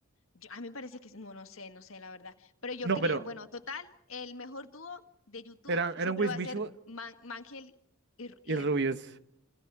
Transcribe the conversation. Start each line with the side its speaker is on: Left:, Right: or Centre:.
Left: Yo- a mí me parece que es- no, no sé, no sé la verdad. Pero yo
Right: No,
Left: creía,
Right: pero
Left: bueno, total, el mejor dúo de YouTube
Right: eran,
Left: siempre
Right: eran Wismichu
Left: va a ser Man- Mangel y, Ru- y
Right: y Rubius.
Left: Rubio.